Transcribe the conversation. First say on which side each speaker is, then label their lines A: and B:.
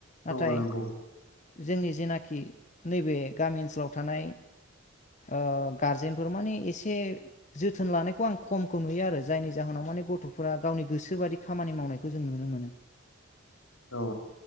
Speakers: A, on the left (about 35°); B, on the left (about 75°).
A: नाथाय
B: औ नोंगौ
A: जोंनि जेनाखि नैबे गामि ओनसोलाव थानाय ओ गारजेन फोर माने एसे जोथोन लानायखौ आं खमखौ नुयो आरो जायनि जाहोनाव माने गथफोरा गावनि गोसोबादि खामानि मावनायखौ जों नुनो मोनो।
B: औ